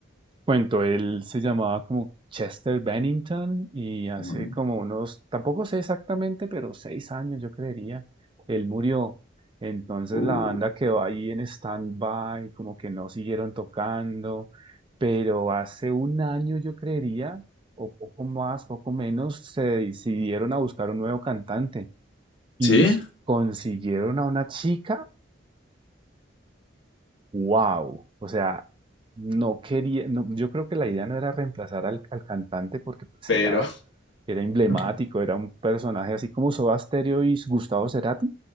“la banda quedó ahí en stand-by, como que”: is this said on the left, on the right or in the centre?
Right